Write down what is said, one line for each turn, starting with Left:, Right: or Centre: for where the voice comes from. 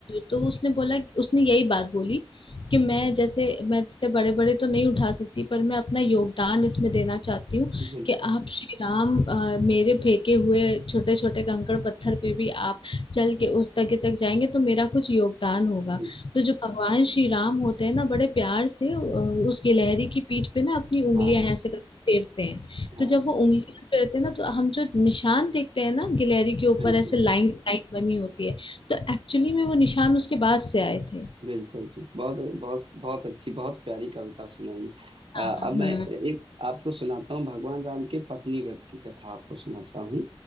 Left: तो उसने बोला उसने यही बात बोली कि मैं जैसे मैं इतने बड़े बड़े तो नहीं उठा सकती पर मैं अपना योगदान इसमें देना चाहती हूँ
Right: बिल्कुल
Left: कि आप श्री राम अ, मेरे फेंके हुए छोटे छोटे कंकड़ पत्थर पे भी आप चल के उस जगह तक जाएंगे तो मेरा कुछ योगदान होगा
Right: बिल्कुल
Left: तो जो भगवान श्री राम होते हैं ना बड़े प्यार से अ, उस गिलहरी की पीठ पे ना अपनी उंगलियां
Right: हाँ
Left: ऐसे करके फेरते हैं
Right: हाँ
Left: तो जब वो उंगलियां फेरते हैं ना तो हम जो निशान देखते हैं ना गिलहरी के ऊपर
Right: बिल्कुल
Left: ऐसे लाइन लाइन बनी होती है तो एक्चुअली में वो निशान उसके बाद से आए थे
Right: बिल्कुल जी बहुत बहुत बहुत अच्छी बहुत प्यारी कविता सुनाई
Left: हाँ
Right: अ, अब मैं
Left: हाँ
Right: एक आपको सुनाता हूँ भगवान राम के पत्नी व्रत की कथा आपको सुनाता हूँ